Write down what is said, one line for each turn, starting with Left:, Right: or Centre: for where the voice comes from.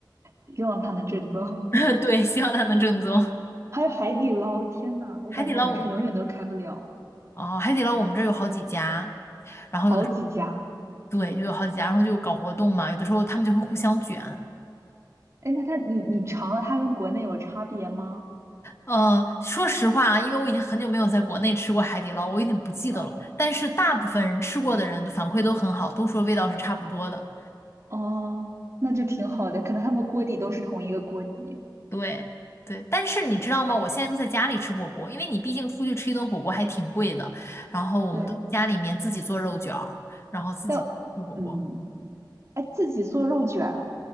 Right: 希望它能正宗。
Left: <laughs> 对，希望它能正宗。
Right: <laughs> 还有海底捞，天呐，
Left: <laughs>
Right: 我感觉我们这永远都开不了，
Left: 海底捞我们。哦，海底捞我们这儿有好几家，然后有的时
Right: 好几家。
Left: 对就有好几家，然后就搞活动嘛，有的时候他们就会互相卷。
Right: 哎，那它你你尝了，它跟国内有差别吗？
Left: 呃，说实话啊，因为我已经很久没有在国内吃过海底捞，我有点不记得了。
Right: 嗯。
Left: 但是大部分人吃过的人都反馈都很好，都说味道是差不多的。
Right: 哦，那就挺好的，可能他们锅底都是同一个锅底。
Left: 对对，但是你知道吗？我现在都在家里吃火锅，因为你毕竟出去吃一顿火锅还挺贵的。然后我们都在家里面自己做肉卷儿，
Right: 对，
Left: 然后自己吃火锅。
Right: 但嗯，哎，自己做肉卷儿，